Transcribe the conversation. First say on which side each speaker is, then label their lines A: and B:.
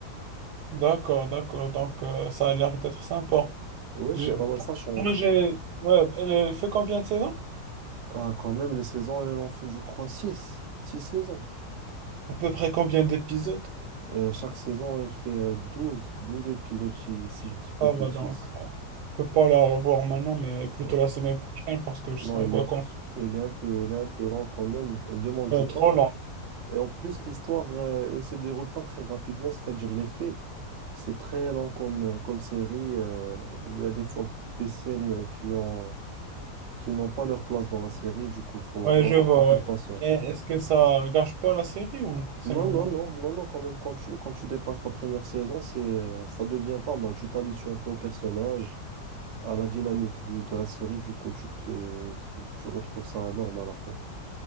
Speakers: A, on the right; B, on the right.
A: D'accord, d'accord. Donc, euh, ça a l'air d'être sympa.
B: Oui,
A: Je-
B: c'est pas mal, ça change.
A: Moi, j'ai... Ouais, elle elle fait combien de saisons?
B: Ah, quand même, les saisons, elles en fait, je crois, six 6 saisons.
A: À peu près combien d'épisodes?
B: Euh, chaque saison, elle fait euh, 12 12 épisodes, si, si je dis pas
A: Ça
B: de
A: va
B: bêtises.
A: donc. euh, je peux pas la revoir maintenant, mais plutôt
B: Ouais.
A: la semaine prochaine parce que
B: Non,
A: je serai en
B: elle
A: vacances.
B: est, elle est un peu, elle est un peu lente quand même. Elle demande du
A: Euh, trop
B: temps.
A: long.
B: Et en plus, l'histoire, euh, elle se déroule pas très rapidement, c'est-à-dire les faits. C'est très lent comme, euh, comme série. euh, il y a des fois des scènes qui ont, qui n'ont pas leur place dans la série, du coup, faut,
A: Ouais,
B: faut
A: je vois,
B: avoir un peu
A: ouais.
B: de patience.
A: Et Est-ce que ça gâche pas la série ou c'est
B: Non,
A: normal?
B: non, non, non, non, quand même, quand tu, quand tu dépasses la première saison, c'est, euh, ça devient pas mal. Tu t'habitues un peu au personnage, à la dynamique du- de la série, du coup, tu, te- tu retrouves ça normal après.